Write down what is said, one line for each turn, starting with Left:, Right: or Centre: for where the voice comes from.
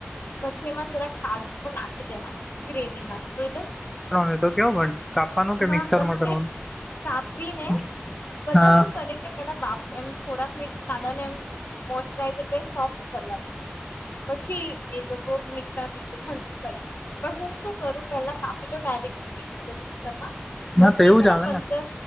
Left: પછી એમાં જરા કાજુ પણ નાખી દેવાનું ગ્રેવીમાં તો એકદમ
Centre: એતો કેવ પણ કાપવાનું કે
Left: હા
Centre: મિક્સર
Left: સ
Centre: માં કરવાનું
Left: કાપીને
Centre: હમ.
Left: બધા
Centre: હા
Left: શું કરે કે પેલા બાફ એમ થોડાક મીત કાંડાને એમ મોચરાઈઝ એટલે સોફ્ટ કરવાથી પછી એ લોકો મિક્સર પીસે ઠંડુ કરીને પણ હું શું કરું પેલા તાપીલો ડાયરેક્ટ જ પીસી લુ મિક્સરમાં
Centre: હા
Left: પછી
Centre: તો એવું
Left: છે
Centre: જ
Left: ને
Centre: આવે
Left: પંદર